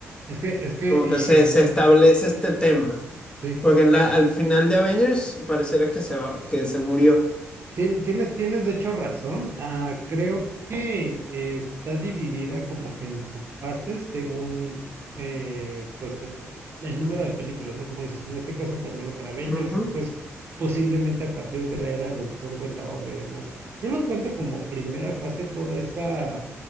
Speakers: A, on the right; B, on the left.
A: Es que, es que,
B: Como que se, se
A: eh,
B: establece este tema.
A: sí.
B: Porque en
A: e-
B: la- al final de Avengers parecerá que se va, que se murió.
A: Tien- Tienes, tienes de hecho razón. Ah, creo que eh, está dividida como que en subfases según eh, pues e- el número de películas, ¿no? Como dices, en este caso terminó con Avengers,
B: Ujú.
A: después posiblemente a partir de la era de Ultron cuenta otra y demás. Yo lo cuento como primera fase toda esa